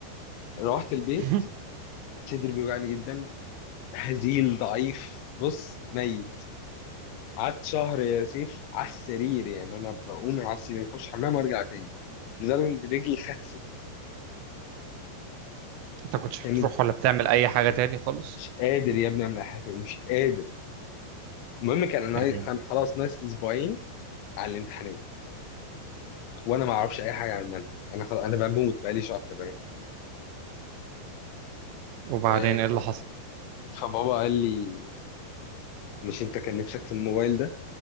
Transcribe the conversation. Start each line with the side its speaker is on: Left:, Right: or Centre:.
Left: روحت البيت
Right: <laughs>
Left: صدري بيوجعني جدا هزيل ضعيف بص ميت قعدت شهر يا سيف على السرير يعني انا بقوم على السرير اخش الحمام وارجع تاني لدرجه ان رجلي خست
Right: انت كنتش
Left: كانت
Right: بتروح ولا بتعمل اي حاجه تاني خالص
Left: مش قادر يا ابني اعمل أي حاجه تاني، مش قادر المهم كان انا
Right: يا
Left: عايز-
Right: دين
Left: كان خلاص ناس اسبوعين على الامتحانات وانا ما اعرفش اي حاجه عن المنهج انا خلاص انا بموت بقالي شهر فاهم
Right: وبعدين
Left: آه،
Right: ايه اللي حصل
Left: فبابا قال لي مش انت كان نفسك في الموبايل ده